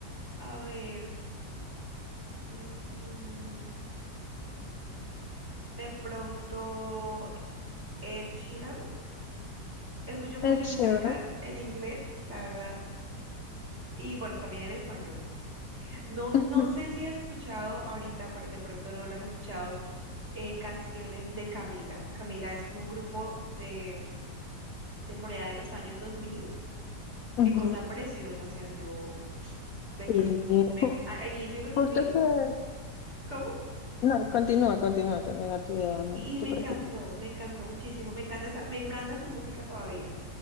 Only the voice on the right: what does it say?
A ver, mm, de pronto Ed Sheeran. Escucho mucha
música en inglés, la verdad. Y bueno, también en español. No,
no sé si has escuchado ahorita, por de pronto no lo has escuchado, eh, canciones de Camila. Camila es como un grupo de, de por allá de los años dos mil Qué
cosa preciosa, o sea, yo, bellísimo.
Me a- al inicio de los dos
mil
¿cómo?
Y, y me
encantó, me encantó muchísimo. Me encanta esa- me encanta su música todavía.